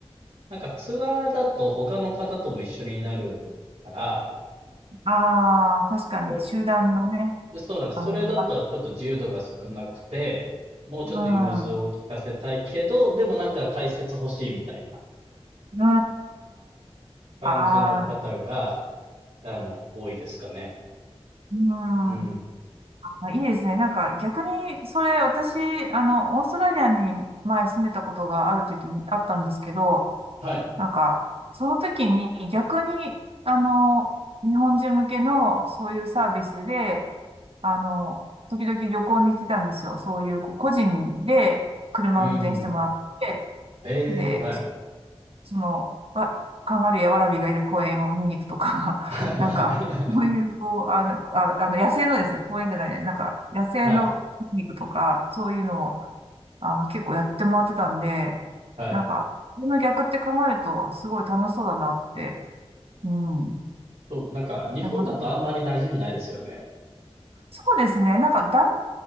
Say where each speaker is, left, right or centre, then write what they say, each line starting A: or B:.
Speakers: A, on the right; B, on the right.
A: なんかツアーだと他の方とも一緒になるから、
B: ああ、確かに、
A: そ
B: 集団のね、
A: そうなんです。
B: あの、
A: それだとはちょっと自由度が少なくて、もうちょっと融通を聞かせたいけど、
B: うん。う
A: でもなんか解説欲しいみたいな
B: ん。
A: 感じの方が、
B: ああ、
A: あの、多いですかね。
B: うん。
A: うん。
B: あいいですね。なんか逆に、それ私、あの、オーストラリアに前住んでたことがある時にあったんですけど、
A: はい。
B: なんか、その時に逆に、あの、日本人向けのそういうサービスで、あの、時々旅行に行ってたんですよ。そういう、こう個人で車運転してもらって、
A: うん。ええ、
B: で、
A: はい。
B: その、わカンガルーやワラビーがいる公園を見に行くとか、<laughs>
A: <laughs> はい
B: なんか、そういう、こう、あの、あ、あの野生のですね、公園じゃない、なんか、野生の見に行くとか、
A: はい。はい。
B: そういうのを、あの、結構やってもらってたんで、
A: はい。
B: なんか、この逆って考えると、すごい楽しそうだなって、うん、思
A: そう、なんか、日本だとあんまり馴染みないですよね。
B: いますね。そうですね、なんか、団体が